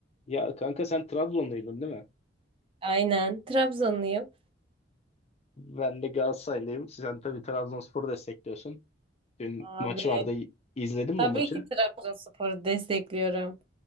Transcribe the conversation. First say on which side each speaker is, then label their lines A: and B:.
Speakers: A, on the left; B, on the right.
A: Ya kanka sen Trabzonluydun değil mi?
B: Aynen. Trabzonluyum.
A: Ben de Galatasaraylıyım. Sen tabii Trabzonspor'u destekliyorsun. Dün
B: Abi
A: maç vardı. İzledin mi
B: tabii
A: maçı?
B: ki Trabzonspor'u destekliyorum.